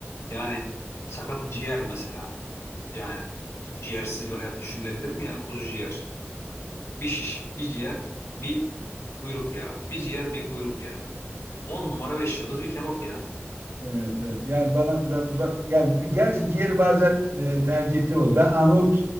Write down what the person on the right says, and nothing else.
Evet, evet. Yani bana biraz uzak. Yani bir- gerçi ciğeri bazen e, tercih ettiğim olur. Ben Arnavut